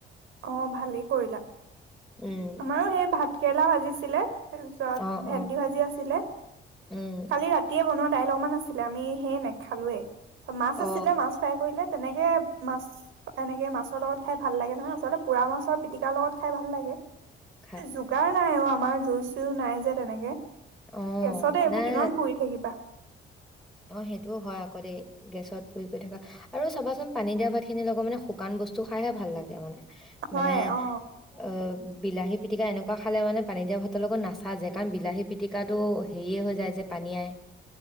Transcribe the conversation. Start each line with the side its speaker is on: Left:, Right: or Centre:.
Right: অ ভালেই কৰিলা
Centre: উম
Right: আমাৰো সেই ভাত কেৰেলা ভাজিছিলে। তাৰপিছত,
Centre: অ
Right: ভেন্দি
Centre: অ
Right: ভাজি আছিলে।
Centre: উম
Right: কালি ৰাতিয়ে বনোৱা দাইল অকমান আছিলে। আমি সে, নেখালোৱে। মাছ
Centre: অ
Right: আছিলে মাছ ফ্ৰাই কৰিলে। তেনেকে মাছ, এনেকে মাছৰ লগত খায় ভাল লাগে নহয়। তহঁতৰ পোৰা মাছৰ পিটিকা লগত খাই ভাল লাগে?
Centre: খাই
Right: এ, যোগাৰ নাই অ'! আমাৰ, জুই চুইও নাই যে তেনেকে।
Centre: অ
Right: গেছতে এইবোৰ
Centre: নাই
Right: কিমান কৰি থাকিবা।
Centre: অ সেইটোও হয় আকৌ দে গেছত পুৰি পুৰি থকা আৰু চাবাচোন পানী দিয়া ভাত খিনি লগত মানে শুকান বস্তু খাইহে ভাল লাগে মানে।
Right: হয়
Centre: মানে
Right: অ
Centre: অহঁ। বিলাহী পিটিকা এনেকুৱা খালে মানে পানী দিয়া ভাতৰ লগত নাচাজে কাৰণ বিলাহী পিতিকাটো হেৰিয়ে হৈ যায় যে পানীআয়।